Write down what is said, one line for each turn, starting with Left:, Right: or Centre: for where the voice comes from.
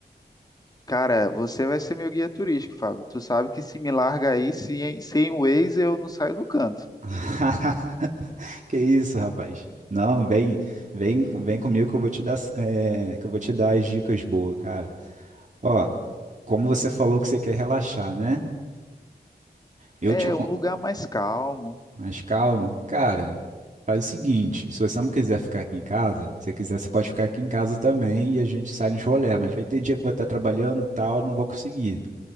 Left: Cara, você vai ser meu guia turístico, Fábio. Tu sabe que se me larga aí, sem, sem o Waze eu não saio do canto.
Right: <laughs> Que isso, rapaz? Não, vem, vem, vem comigo que eu vou te dar, é, que eu vou te dar as dicas boas, cara. Ó, como você falou que você quer relaxar, né? Eu
Left: É
Right: te, acon-
Left: um lugar mais calmo.
Right: mais calmo, cara, faz o seguinte, se você não quiser ficar aqui em casa, se você quiser, você pode ficar aqui em casa também e a gente sai nos rolê, mas vai ter dia que eu vou estar trabalhando e tal, eu não vou conseguir.